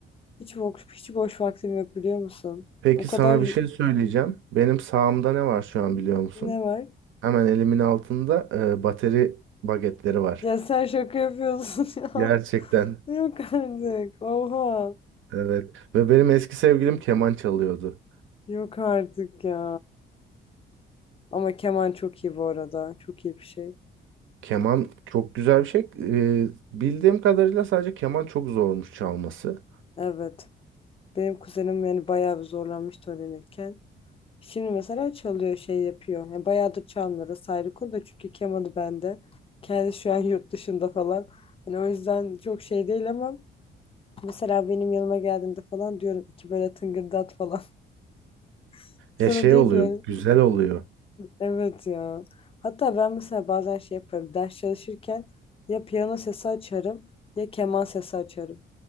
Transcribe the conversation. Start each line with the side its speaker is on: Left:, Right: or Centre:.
Left: Hiç boş, hiç boş vaktim yok biliyor musun?
Right: Peki
Left: O kadar
Right: sana
Left: y-
Right: bir şey söyleyeceğim. Benim sağımda ne var şu an biliyor musun?
Left: ne var?
Right: Hemen elimin altında e, bateri bagetleri var.
Left: Ya sen şaka yapıyorsun <laughs> ya.
Right: Gerçekten.
Left: Yok artık. Oha.
Right: Evet. Ve benim eski sevgilim keman çalıyordu.
Left: Yok artık ya. Ama keman çok iyi bu arada. Çok iyi bir şey.
Right: Keman çok güzel bir şey. E, bildiğim kadarıyla sadece keman çok zormuş çalması.
Left: Evet. Benim kuzenim yani bayağı bir zorlanmıştı öğrenirken. Şimdi mesela çalıyor şey yapıyor. Yani bayağıdır çalmıyor. Orası ayrı konu da çünkü kemanı bende. Kendi şu an <laughs> yurt dışında falan. Hani o yüzden çok şey değil ama mesela benim yanıma geldiğinde falan diyorum iki böyle tıngırdat falan. <laughs> Sonra
Right: Ya şey
Left: diyor
Right: oluyor,
Left: ki yani
Right: güzel oluyor.
Left: evet ya. Hatta ben mesela bazen şey yaparım. Ders çalışırken ya piyano sesi açarım ya keman sesi açarım.